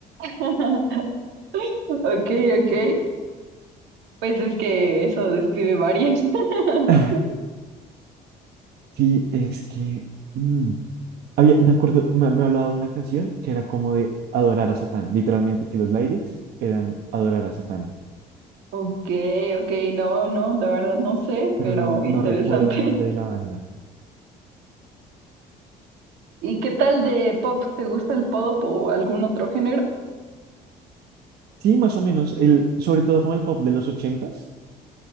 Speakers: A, on the right; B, on the right.
A: <laughs> Ok, ok. Pues es que eso describe varias. <laughs>
B: <laughs> Sí, es que mm, había, me acuerdo, me, me hablaba de una canción que era como de adorar a Satán, literalmente que los lyrics eran adorar a Satán,
A: Ok, ok, no, no, la verdad no sé,
B: pero
A: pero
B: no, no
A: interesante.
B: recuerdo el nombre de la banda.
A: <laughs> ¿Y qué tal de pop? ¿Te gusta el pop o algún otro género?
B: Sí, más o menos, el, sobre todo con el pop de los ochentas,